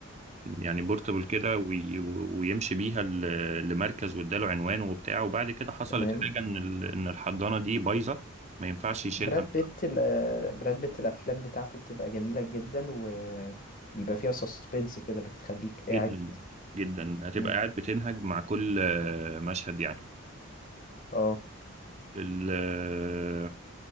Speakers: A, on the right; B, on the left.
A: يعني بورتبل كده وي- ويمشي بيها ل- لمركز واداله عنوانه وبتاع وبعد كده حصلت
B: تمام
A: حاجة ان ال- ان الحضانة دي بايظة ما ينفعش يشيلها
B: براد بيت ال- آه، براد بيت الافلام بتاعته بتبقى جميله جدا وبيبقى فيها سسبنس كده بتخليك
A: جدا
B: قاعد
A: جدا هتبقى
B: مم.
A: قاعد بتنهج مع كل مشهد يعني
B: اه
A: ال-